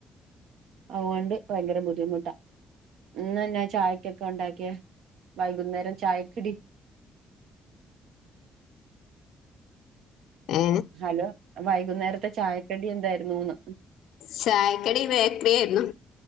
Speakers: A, on the right (about 70°); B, on the left (about 75°).
A: അത് കൊണ്ട് ഭയങ്കര ബുദ്ധിമുട്ടാ ഇന്ന് ഞാൻ ചായയ്ക്ക് ഒക്കെ ഉണ്ടാക്കിയെ വൈകുനേരം ചായയ്ക്ക് ഇഡി
B: ഏ
A: ഹലോ. വൈകുനേരത്തെ ചായകടി എന്തായിരുന്നുന്ന്?
B: ചായകടി ബേക്കറി ആയിരുന്നു.